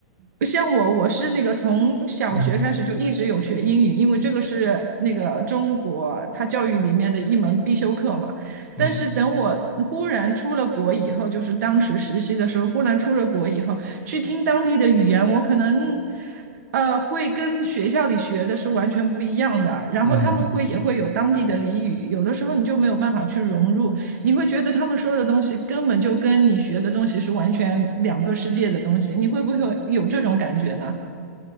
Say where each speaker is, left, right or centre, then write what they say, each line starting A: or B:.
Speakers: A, on the right (about 70°); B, on the right (about 20°).
A: 呃像我，我是那个从小学开始就一直有学英语，
B: 嗯
A: 因为这个是那个中国它教育里面的一门必修课嘛。但是等我忽然出了国以后，
B: 嗯
A: 就是当时实习的时候，忽然出了国以后。去听当地的语言，我可能呃会跟学校里学的是完全不一样的。然后他们会也会有当地的俚语，
B: 嗯
A: 有的时候你就没有办法去融入，你会觉得他们说的东西根本就跟你学的东西是完全两个世界的东西。你会不会有这种感觉呢？